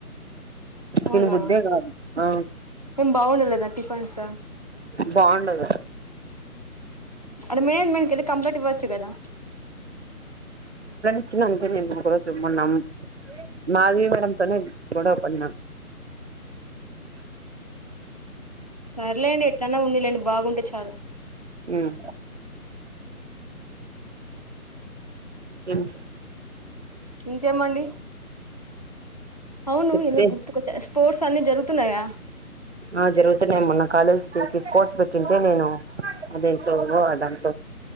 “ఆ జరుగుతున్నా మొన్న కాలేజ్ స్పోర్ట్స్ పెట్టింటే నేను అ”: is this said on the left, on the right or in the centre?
Right